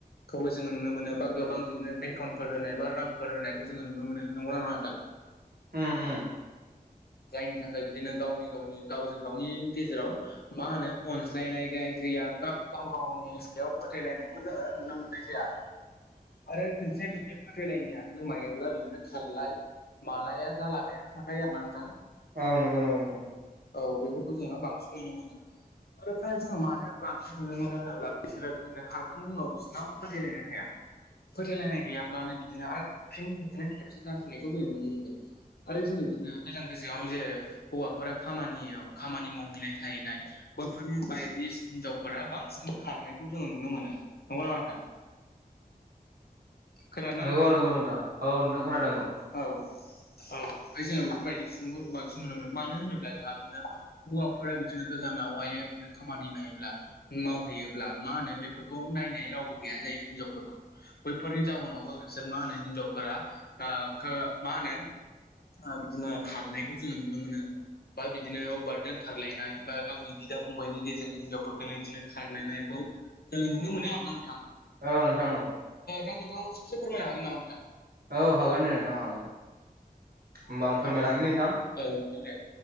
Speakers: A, on the left (about 80°); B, on the right (about 75°).
A: खौबो जोङो नुनो मोनो बा गोबां बिदिनो बेथनफोर होनाय बा रांफोर होनायखौ जोङो नुनो मोनो। नोंगौ ना नङा नोंथां?
B: उम उम
A: जायनि थाखाय बिदिनो गावनि गावनि गावजों गावनि गेजेराव मा होनो अनज्लायनाय गाय गैया गाव गावनि सायाव फोथायलायनायखौ जोङो नुनो मोननाय जाया। आरो खनसे बिदिनो फोथायलायनाया गोमायोब्ला बिदिनो खारलाय मालाया जालाबायानो थाखाय आरो नोंथां।
B: औ नंगौ नंगौ नोंथां
A: औ बेफोरखौ जोङो बांसिन नुनो मोनो आरो फ्राय जोङो मानो बांसिन नुनो मोनो होनोब्ला बिसोरो बिदिनो खारखांनायनि उनाव बिसोरनाव फोथायलायना थाया। फोथायलायनाय गैयाब्लानो बिदिनो आरो फिन बिदिनो खेबसे जाफिनायखौ जोंङो नुनो मोनगोन। आरो जोङो बिदिनो गोजान गोजोआव जे हौवाफोरा खामानियाव खामानि मावहैनाय थाहैनाय बैफोरनि बायदि हिनजावफोरा बांसिन खारनायखौ जोङो नुनो मोनो नंगौना नङा नोंथां? खोनादोंना
B: नंगौ
A: नोंथाङा
B: नंगौ नोंथां औ नोंथां खोनादों औ।
A: औ औ ओमफ्राय जोङो बेफोरबायदि सुबुंफोरखौ बांसिन नुनो मोनो मानो होनोब्ला जोंहा बिदिनो हौवाफोरा बिदिनो गोजानाववायो बिदिनो खामानि मायोब्ला मावहैयोब्ला मा होनो बेफोरखौ नायनाय रावबो गैया जायो हिनजावफोरखौ। बैफोरनि जाहोनावबो बिसोर मा होनो हिनजावफोरा मा होनो बिदिनो खारनायखौ जोङो नुनो मोनो। बा बिदिनो अबेबा दोनखारलायनाय बा गावनि बिदा फंबायनि गेजेरजों हिनजावफोरखौनो बिदिनो खारलायनायखौ जोङो नुनो मोनो आरोना नोंथां।
B: औ नोंथां औ।
A: दा नोंथांाव सासे फोरमायनो हागोन नामा नोंथां?
B: औ हागोन दे नोंथां हागोन। होमबा आं फोरमायलांनि
A: फोरमाय
B: नोंथां
A: औ नोंथां दे